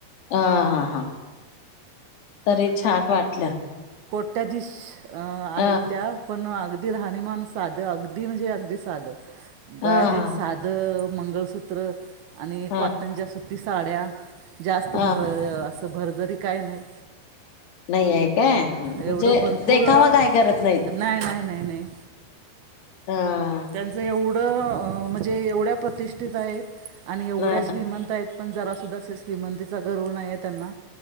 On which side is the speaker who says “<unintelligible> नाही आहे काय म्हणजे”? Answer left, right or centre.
Left